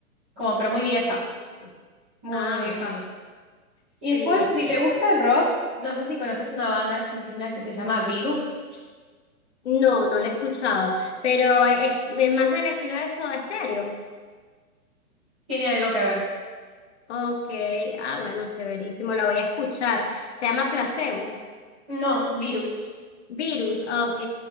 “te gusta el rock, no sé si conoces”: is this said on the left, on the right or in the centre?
Centre